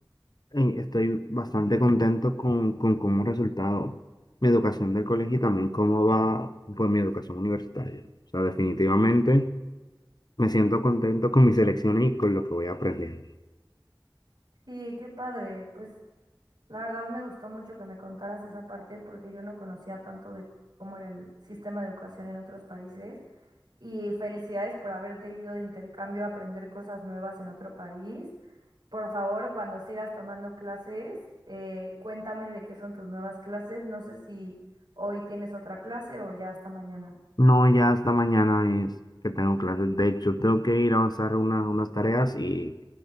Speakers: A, on the left (about 55°); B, on the right (about 60°).
A: eh, estoy bastante contento con, con cómo ha resultado mi educación del colegio y también cómo va pues, mi educación universitaria. O sea, definitivamente me siento contento con mis elecciones y con lo que voy aprendiendo.
B: Sí, qué padre. Pues la verdad me gustó mucho que me contaras esa parte porque yo no conocía tanto de cómo era el sistema de educación en otros países. Y felicidades por haberte ido de intercambio a aprender cosas nuevas en otro país. Por favor, cuando sigas tomando clases, eh, cuéntame de qué son tus nuevas clases. No sé si hoy tienes otra clase o ya hasta mañana.
A: No, ya hasta mañana es que tengo clases. De hecho, tengo que ir a avanzar una- unas tareas y,